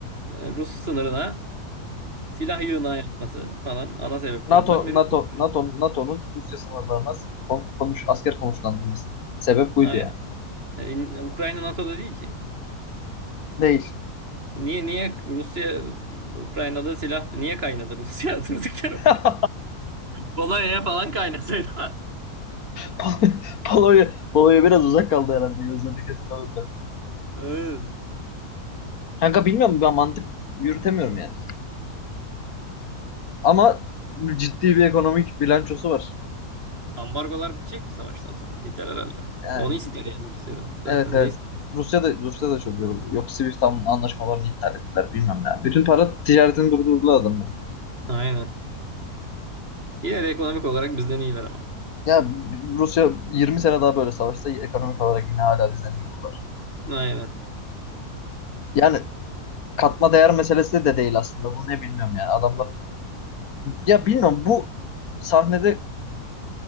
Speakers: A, on the right; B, on the left.
A: e, Rus sınırına silah yığınağı yapması falan ana sebeplerinden
B: NATO
A: biri
B: NATO
A: bu savaşın.
B: NATO NATO'nun Rusya sınırlarına kon- konuş, asker konuşlandırması. Sebep buydu
A: Aynen.
B: ya.
A: E, in- Ukrayna NATO'da değil ki.
B: Değil.
A: Niye niye Rusya Ukrayna'da silah niye kaynadı Rusya <laughs> durduk yere?
B: <laughs>
A: Polonya'ya falan kaynasaydı.
B: Pol- Polonya, Polonya biraz uzak kaldı herhalde gözlerini kestiremediler.
A: <laughs> Evet.
B: Kanka bilmiyorum ben mantık yürütemiyorum yani. Ama ciddi bir ekonomik bilançosu var.
A: Ambargolar bitecek mi savaştan sonra? Biter herhalde.
B: Yani
A: Onu ister yani Rusya'dan.
B: evet
A: Zaten
B: evet.
A: ne ister?
B: Rusya da Rusya da çok yoruldu. Yok Swift an- anlaşmalarını iptal ettiler bilmem ne. Bütün para ticaretini durdurdular adamlar.
A: Aynen. Yine de ekonomik olarak bizden iyiler ama.
B: Ya Rusya 20 sene daha böyle savaşsa ekonomik olarak yine hala bizden iyi olur.
A: Aynen.
B: Yani katma değer meselesi de değil aslında. Bu ne bilmiyorum yani. Adamlar ya bilmiyorum bu sahnede